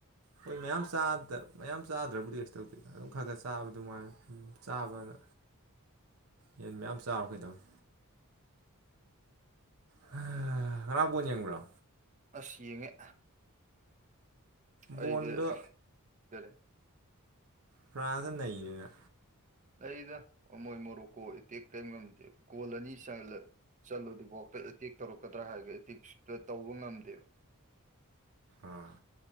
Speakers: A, on the right; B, on the right.
A: ꯍꯣꯏ ꯃꯌꯥꯝ ꯃꯌꯥꯝ ꯆꯥꯗ꯭ꯔꯕꯨꯗꯤ ꯀꯩ ꯇꯧꯗꯦ ꯑꯗꯨꯝ ꯈꯔ ꯈꯔ ꯆꯥꯕ ꯑꯗꯨ ꯃꯥꯥꯏ ꯆꯥꯕꯅ ꯌꯦꯟ ꯃꯌꯥꯝ ꯆꯥꯔꯨꯔ ꯀꯩꯗꯧꯅꯤ ꯍꯥ ꯉꯥꯔꯥꯡ ꯕꯣꯂ ꯌꯦꯕꯔꯣ
B: ꯑꯁ ꯌꯦꯡꯉꯦ ꯑꯩꯗꯤ
A: ꯕꯣꯟꯗ
B: ꯀꯔꯤ
A: ꯐꯔꯥꯟꯁꯅ ꯅꯩꯔꯦꯅꯦ
B: ꯅꯩꯗ ꯑꯃꯣꯏ ꯃꯣꯔꯣꯛꯀꯣ ꯑꯦꯇꯦꯛ ꯀꯩꯝ ꯉꯝꯗꯦꯕ ꯒꯣꯜ ꯑꯅꯤ ꯆꯜꯂꯦ ꯆꯠꯂꯗꯨ ꯕꯋꯥꯛꯇ ꯑꯦꯇꯦꯛ ꯇꯧꯔꯛꯀꯗ꯭ꯔꯥ ꯍꯥꯏꯔ ꯑꯦꯇꯦꯛ ꯁꯨꯇꯥ ꯇꯧꯕ ꯉꯝꯗꯦꯕ
A: ꯑꯥ